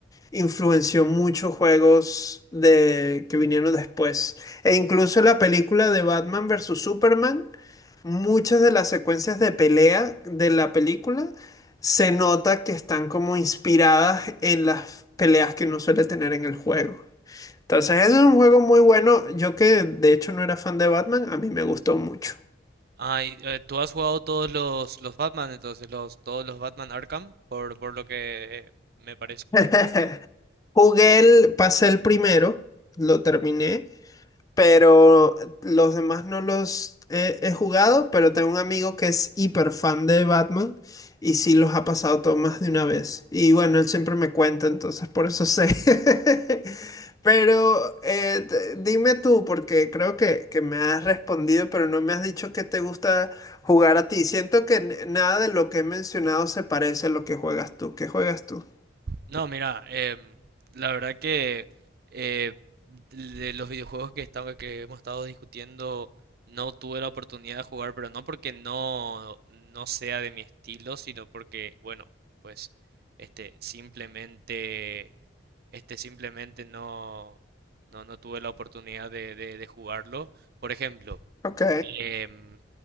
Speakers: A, on the left (about 20°); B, on the right (about 55°).
A: influenció muchos juegos de, que vinieron después. E incluso la película de Batman versus Superman, muchas de las secuencias de pelea de la película se nota que están como inspiradas en las peleas que uno suele tener en el juego. Entonces, ese es un juego muy bueno. Yo que de hecho no era fan de Batman, a mí me gustó mucho.
B: Ay, eh, ¿tú has jugado todos los, los Batman entonces, los, todos los Batman Arkham? Por, por lo que eh, me parece.
A: <laughs> Jugué el, pasé el primero, lo terminé. pero los demás no los he, he jugado, pero tengo un amigo que es hiper fan de Batman y sí los ha pasado todo más de una vez. Y bueno, él siempre me cuenta, entonces por eso sé. <laughs> Pero eh, d- dime tú, porque creo que, que me has respondido, pero no me has dicho que te gusta jugar a ti. Siento que n- nada de lo que he mencionado se parece a lo que juegas tú. ¿Qué juegas tú?
B: No, mira, em, la verdad que eh, de los videojuegos que, estamos, que hemos estado discutiendo no tuve la oportunidad de jugar, pero no porque no, no sea de mi estilo, sino porque, bueno, pues este simplemente, este simplemente no, no, no tuve la oportunidad de de- de jugarlo. Por ejemplo.
A: Ok,
B: Em,